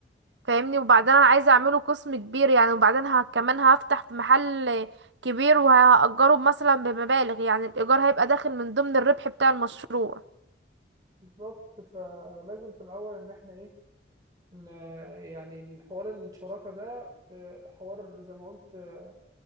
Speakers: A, on the right (about 80°); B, on the right (about 20°).
A: فاهمني وبعدين انا عايزه اعمله قسم كبير يعني وبعدين ه... كمان هفتح في محل كبير وهأجره مثلا بمبالغ يعني الايجار هيبقى داخل من ضمن الربح بتاع المشروع
B: بالظبط فلازم في الاول ان احنا ايه ن- يعني الحوار الشراكه ده آه، حوار زي ما قلت آه،